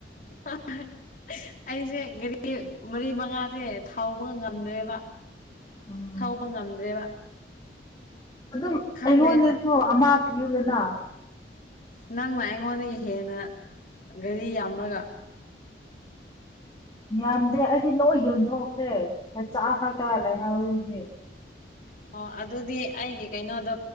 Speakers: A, on the left (about 45°); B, on the left (about 20°).
A: ꯑ <unintelligible> ꯑꯩꯖꯦ ꯒꯔꯤ ꯃꯔꯤ ꯃꯉꯥꯖꯦ ꯊꯧꯕ ꯉꯝꯗ꯭ꯔꯦꯕ
B: ꯎꯝ
A: ꯊꯧꯕ ꯉꯝꯗ꯭ꯔꯦꯕ
B: ꯑꯗꯨꯝ
A: ꯈꯪꯗꯦ
B: ꯑꯩꯉꯣꯟꯗꯁꯨ ꯑꯃ ꯄꯤꯌꯨꯗꯅ
A: ꯑꯁ ꯅꯪꯅ ꯑꯩꯉꯣꯟꯗꯒꯤ ꯍꯦꯟꯅ ꯒꯥꯔꯤ ꯌꯥꯝꯂꯒ
B: ꯌꯥꯝꯗꯦ ꯑꯩꯗꯤ ꯂꯣꯏ ꯌꯣꯟꯊꯣꯛꯇ꯭ꯔꯦ ꯃꯆꯥ ꯈꯛꯇ ꯂꯩꯍꯥꯎꯔꯤꯖꯤ
A: ꯑꯣ ꯑꯗꯨꯗꯤ ꯑꯩꯒꯤ ꯀꯩꯅꯣꯗꯣ